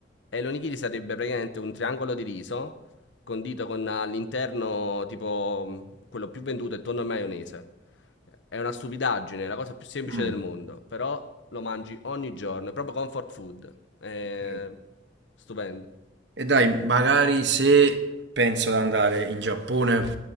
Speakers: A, on the left; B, on the right.
A: e l'onigiri sarebbe praticamente un triangolo di riso condito con all'interno tipo mh, quello più venduto è tonno e maionese. È una stupidaggine, è la cosa più semplice
B: Mm.
A: del mondo, però lo mangi ogni giorno, è proprio comfort food. È
B: Ok.
A: stupendo.
B: E dai, magari se penso di andare in Giappone,